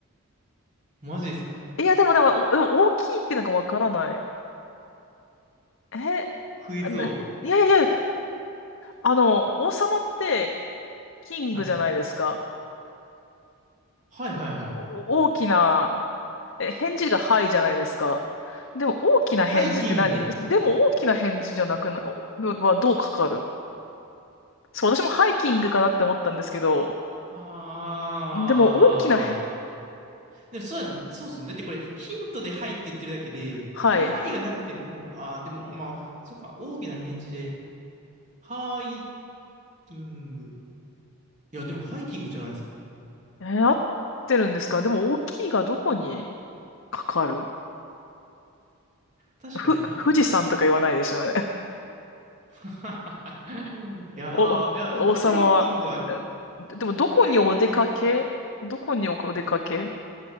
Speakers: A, on the right (about 30°); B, on the left (about 55°).
A: マジですか
B: いや、でも、でも、お、でも大きいってなんかわからない。え、
A: クイズ王。
B: あな、いやいやいや、あの、王様ってキングじゃないですか。
A: はい。はいはいはい。
B: お大きな、え、返事がはいじゃないですか。でも大きな返事って何でも大きな返事じゃなくな、
A: ハイキング。
B: おはどうかかるそう、私もハイキングかなって思ったんですけど、
A: あー。
B: でも大きなへ、
A: でもそうだね、そうっすね。だってこれヒントではいって言ってるだけで、
B: はい。
A: このはいがなくても、
B: え、
A: あー、でもまあ、そうか、大きな返事で、ハイキング。いや、でもハイキングじゃないですか。
B: えー合ってるんですかでも大きいがどこにかかる
A: 確かにな。
B: ふ、富士山とか言わないでしょ
A: <laughs> いやー、
B: お、
A: いや、
B: 王様は、
A: でもハイキングは、
B: えででもどこにお出かけどこにお出かけ
A: ハイキングは、